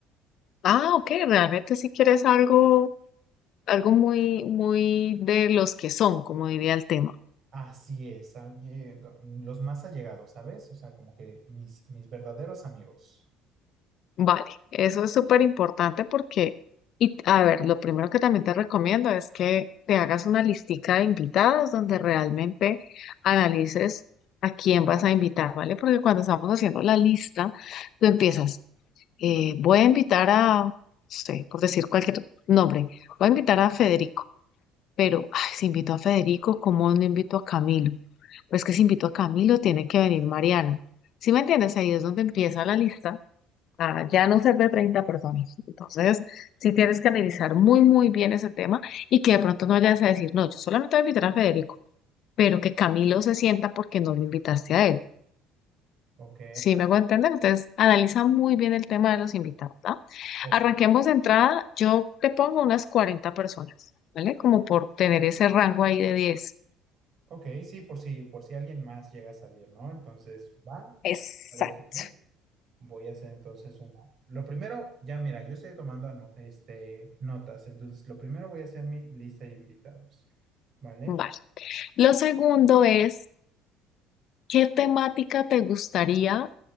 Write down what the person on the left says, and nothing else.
Ah, ok, realmente si quieres algo, algo muy, muy de los que son, como diría el tema.
Vale, eso es súper importante porque, y a ver, lo primero que también te recomiendo es que te hagas una listica de invitados donde realmente analices a quién vas a invitar, ¿vale? Porque cuando estamos haciendo la lista, tú empiezas. eh, voy a invitar a, no sé, por decir cualquier nombre, voy a invitar a Federico, pero ay, si invito a Federico, ¿cómo no invito a Camilo? Pues que si invito a Camilo, tiene que venir Mariana. ¿Sí me entiendes? Ahí es donde empieza la lista a ya no ser de 30 personas. Entonces, sí tienes que analizar muy, muy bien ese tema y que de pronto no vayas a decir, no, yo solamente voy a invitar a Federico, pero que Camilo se sienta porque no lo invitaste a él.
¿Sí me hago entender? Entonces, analiza muy bien el tema de los invitados, ¿ah?
Arranquemos de entrada, yo te pongo unas 40 personas, ¿vale? Como por tener ese rango ahí de diez.
Exacto.
Vale. Lo segundo es, ¿qué temática te gustaría